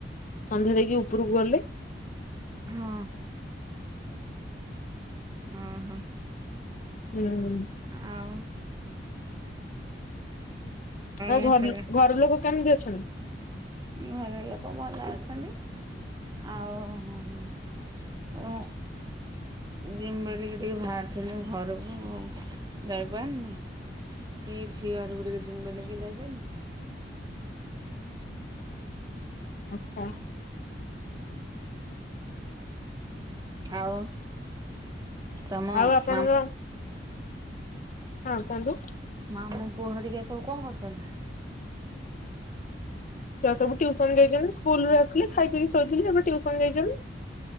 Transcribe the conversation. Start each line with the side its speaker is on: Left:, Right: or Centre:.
Left: ସନ୍ଧ୍ୟା ଦେଇକି ଉପୁରକୁ ଗଲେ।
Right: ହଁ ଓହୋ।
Left: ହୁଁ।
Right: ଆଉ
Left: ଆଉ
Right: ମୁଁ
Left: ଘର-ଘର
Right: ସେ
Left: ଲୋକ କେମିତି ଅଛନ୍ତି?
Right: ଘର ଲୋକ ଭଲ ଅଛନ୍ତି। ଆଉ ଜିମି ବିଲିକି ଟିକେ ବାହାରଥିନି ଘରକୁ ଯାଇପାରିନି। ଏଇ ଝିଅଘରକୁ ଟିକେ ଜିମି ବୋଲିକି ଯାଇପାଇଲିନି।
Left: ଆଚ୍ଛା।
Right: ଆଉ ତମ
Left: ଆଉ ଆପଣଙ୍କ
Right: ମାମ୍
Left: ହଁ କୁହନ୍ତୁ।
Right: ମାମୁଁ ପୁଅ ହେରିକା ସବୁ କଣ କରୁଛନ୍ତି?
Left: ଛୁଆ ସବୁ ଟିଉସନ୍ ଯାଇଚନ୍ତି। ସ୍କୁଲରୁ ଆସିଲେ, ଖାଇ ପିଇ କି ଶୋଇଥିଲେ। ଏବେ ଟିଉସନ୍ ଯାଇଛନ୍ତି।